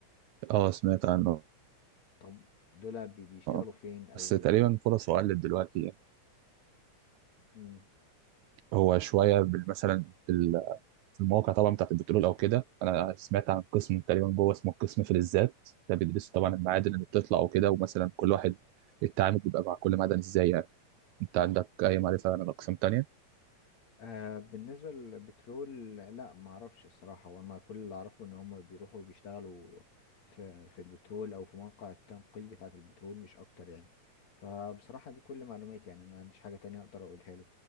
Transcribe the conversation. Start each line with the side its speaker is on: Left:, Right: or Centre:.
Right: اه سمعت عنه
Left: طب دول بي- بيشتغلوا
Right: اه
Left: فين او
Right: بس تقريبا فرصه قلت دلوقتي يعني
Left: مم.
Right: هو شويه بال- مثلا المواقع طبعا بتاعت البترول او كده انا سمعت عن قسم تقريبا جوه اسمه القسم فلزات ده بيدرسوا طبعا المعادن اللي بتطلع وكده ومثلا كل واحد التعامل بيبقى مع كل معدن ازاي يعني انت عندك اي معرفه عن الاقسام التانيه
Left: آه بالنسبة للبترول لا ما اعرفش الصراحة وانا كل اللي اعرفه ان هم بيروحوا بيشتغلوا في في البترول او في مواقع التنقي بتاعة البترول مش اكتر يعني فبصراحة دي كل معلوماتي يعني ما عنديش حاجة تانية اقدر اقولها له